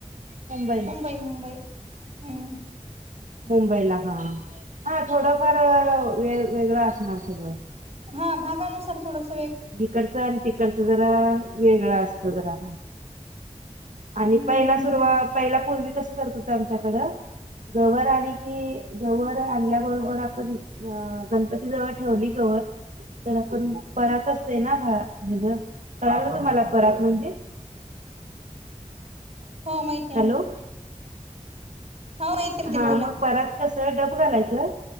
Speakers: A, on the right; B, on the right.
A: मुंबईला.
B: मुंबई मुंबई मुंबई. हम्म.
A: मुंबईला हा हा थोडंफार वे वेगळं असणार सगळं
B: हा भागानुसार थोडंसं
A: इकंडच आणि तिकडचं जरा वेगळं असत जरा
B: हम्म
A: आणि पहिला
B: हम्म
A: सुरुवात
B: हम्म.
A: पहिल्या पूर्वी कसं करत होत आमच्याकडं गवर आली की, गवर आणल्याबरोबर आपण अ, गणपती जवळ ठेवली गवर. तर आपण परात असते ना, भा-हेज कळालं तुम्हाला परात म्हणजे?
B: हा माहित आहे
A: हॅलो
B: ना. हो माहिती माहिती
A: हा,
B: बोला.
A: मग परात कस डब घालायचं.